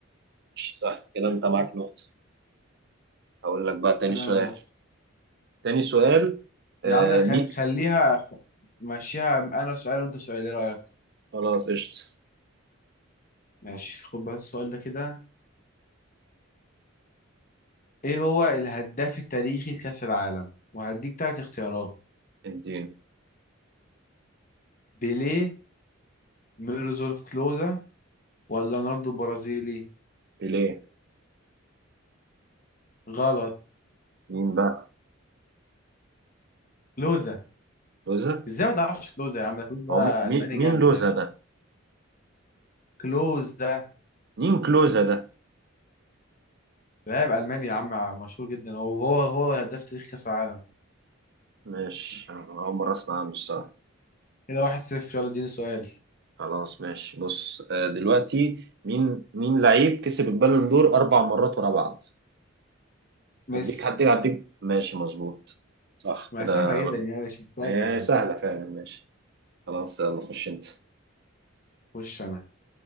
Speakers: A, on the right; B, on the left.
A: مش سهل كده أنت معاك نقطة هقول لك بقى تاني
B: كده
A: سؤال
B: انا نقطه
A: تاني سؤال آه
B: يا عم خ...
A: مين
B: خليها خ... ماشيها انا سؤال وانت سؤال ايه رايك
A: خلاص قشطة
B: ماشي خد بس السؤال ده كده ايه هو الهداف التاريخي لكاس العالم وهديك تلات اختيارات
A: اديني
B: بيليه ميرزولف كلوزا ولا رونالدو برازيلي
A: ليه
B: غلط
A: مين بقى
B: كلوزا
A: لوزة
B: ازاي ما تعرفش كلوزا يا عم ده كلوزا
A: هو مي- مي-
B: الماني
A: مين
B: جامد
A: لوزة
B: يعني
A: ده
B: كلوزا
A: مين كلوزة ده
B: لاعب الماني يا عم مشهور جدا وهو هو هداف تاريخ كاس العالم
A: ماشي أنا أول مرة أسمع عنه الصراحة
B: كده واحد صفر يلا اديني سؤال
A: خلاص ماشي بص آه دلوقتي مين مين لعيب كسب البالون دور أربع مرات ورا بعض
B: ميسي
A: هديك هديك هديك ماشي مظبوط صح
B: ما
A: كده
B: سهله جدا يعني مش متفاجئ
A: هي
B: يعني
A: سهلة فعلا ماشي خلاص يلا خش أنت
B: خش انا